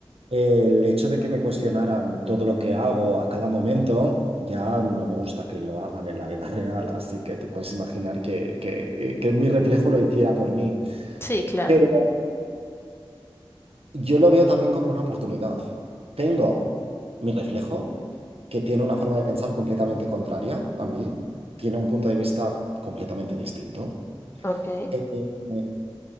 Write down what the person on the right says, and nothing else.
el hecho de que me cuestionaran todo lo que hago a cada momento, ya no me gusta que lo hagan en la vida <laughs> real, así que te puedes imaginar que, que, eh, que mi reflejo lo hiciera por mí.
Pero yo lo veo también como una oportunidad. Tengo mi reflejo, que tiene una forma de pensar completamente contraria a mí, tiene un punto de vista completamente distinto.
Eh, eh, eh,